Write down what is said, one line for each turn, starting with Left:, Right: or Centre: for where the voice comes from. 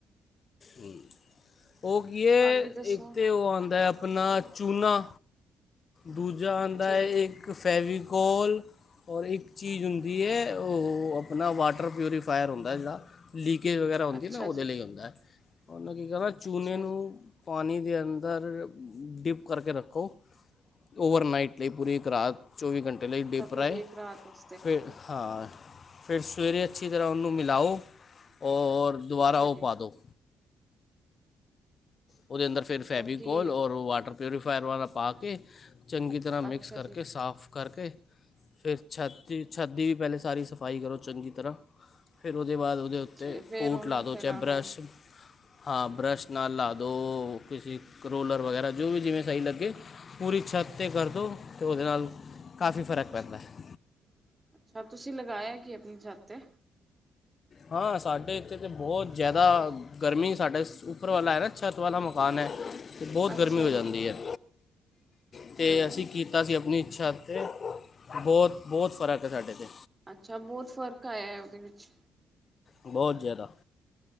Left: ਹੂੰ ਉਹ ਕੀ ਏ
Right: ਹਾਂਜੀ ਦੱਸੋ
Left: ਇੱਕ ਤੇ ਓਹ ਆਉਂਦਾ ਆਪਣਾ ਚੂਨਾ ਦੂਜਾ ਆਉਂਦਾ
Right: ਅੱਛਾ ਜੀ
Left: ਏ ਇੱਕ ਫੈਵਿ ਕੋਲ ਔਰ ਇੱਕ ਚੀਜ਼ ਹੁੰਦੀ ਏ ਉਹ ਆਪਣਾ ਵਾਟਰ ਪਿਊਰੀਫਾਇਰ ਹੁੰਦਾ ਜਿਹੜਾ ਲੀਕ ਵਗੈਰਾ ਹੁੰਦੀ
Right: ਅੱਛਾ
Left: ਨਾ ਉਹਦੇ
Right: ਜੀ
Left: ਲਈ ਹੁੰਦਾ ਉਹਨਾਂ ਕੀ ਕਦ ਚੂਹਨੇ
Right: ਅੱਛਾ
Left: ਨੂੰ
Right: ਜੀ
Left: ਪਾਣੀ ਦੇ ਅੰਦਰ ਡਿਪ ਕਰਕੇ ਰੱਖੋ। ਓਵਰਨਾਈਟ ਲਈ ਪੂਰੀ ਇੱਕ ਰਾਤ ਚੌਵੀ ਘੰਟੇ ਲਈ
Right: ਅੱਛਾ
Left: ਡਿਪਰ
Right: ਪੂਰੀ
Left: ਆਏ
Right: ਇੱਕ ਰਾਤ ਵਾਸਤੇ
Left: ਫਿਰ
Right: ਠੀਕ
Left: ਹਾਂ
Right: ਹੈ
Left: ਫਿਰ ਸਵੇਰੇ ਅੱਛੀ ਤਰ੍ਹਾਂ ਉਹਨੂੰ ਮਿਲਾਓ ਔਰ ਦੁਬਾਰਾ
Right: ਅੱਛਾ
Left: ਉਹ
Right: ਜੀ
Left: ਪਾ ਦੋ ਉਹਦੇ ਅੰਦਰ ਫਿਰ ਫੈਬੀਕੋਲ
Right: ਕੀ
Left: ਔਰ ਵਾਟਰ ਪਿਊਰੀਫਾਇਰ ਵਾਲਾ ਪਾ ਕੇ ਚੰਗੀ ਤਰ੍ਹਾਂ ਮਿਕਸ
Right: ਅੱਛਾ
Left: ਕਰਕੇ
Right: ਜੀ
Left: ਸਾਫ ਕਰਕੇ ਫਿਰ ਛੱਤ ਦੀ ਛੱਤ ਦੀ ਵੀ ਪਹਿਲੇ ਸਾਰੀ ਸਫਾਈ ਕਰੋ ਚੰਗੀ ਤਰ੍ਹਾਂ ਫਿਰ ਫਿਰ ਉਹਦੇ ਬਾਅਦ ਉਹਦੇ ਉੱਤੇ
Right: ਅੱਛਾ ਫੇਰ
Left: ਕੋਟ
Right: ਉਹਨੂੰ
Left: ਲਾ ਦੋ
Right: ਫੈਲਾਣਾ
Left: ਚਾਹੇ ਬਰੱਸ਼
Right: ਹੈ
Left: ਹਾਂ
Right: ਠੀਕ
Left: ਬਰੱਸ਼ ਨਾਲ ਲਾ ਦੋ <unintelligible> ਦੋ ਕਿਸੇ ਰੋਲਰ ਵਗੈਰਾ ਜੋ ਵੀ ਜਿਵੇਂ ਸਹੀ ਲੱਗੇ ਪੂਰੀ ਛੱਤ 'ਤੇ ਕਰ ਦੀਅਤੇ ਉਹਦੇ ਨਾਲ ਕਾਫੀ ਫਰਕ
Right: ਅੱਛਾ-ਅੱਛਾ
Left: ਪੈਂਦਾ ਹੈ
Right: ਤੁਸੀਂ ਲਗਾਇਆ ਕੀ ਆਪਣੀ ਛਤ ਤੇ
Left: ਹਾਂ ਸਾਡੇ ਇੱਥੇ ਤਾਂ ਬਹੁਤ ਜ਼ਿਆਦਾ ਗਰਮੀ ਸਾਡਾ ਉੱਪਰ ਵਾਲਾ ਹੈ ਨਾ ਛੱਤ ਵਾਲਾ ਮਕਾਨ ਐ ਅਤੇ ਬਹੁਤ
Right: ਅੱਛਾ
Left: ਗਰਮੀ ਹੋ
Right: ਜੀ,
Left: ਜਾਂਦੀ ਹੈ
Right: ਅੱਛਾ
Left: ਅਤੇ
Right: ਜੀ,
Left: ਅਸੀਂ ਕੀਤਾ ਸੀ ਆਪਣੀ ਅੱਛਾ ਅਤੇ ਬਹੁਤ-ਬਹੁਤ ਫਰਕ ਹੈ ਸਾਡੇ 'ਤੇ
Right: ਅੱਛਾ ਬਹੁਤ ਫ਼ਰਕ ਆਇਆ ਉਹਦੇ ਵਿੱਚ
Left: ਬਹੁਤ ਜ਼ਿਆਦਾ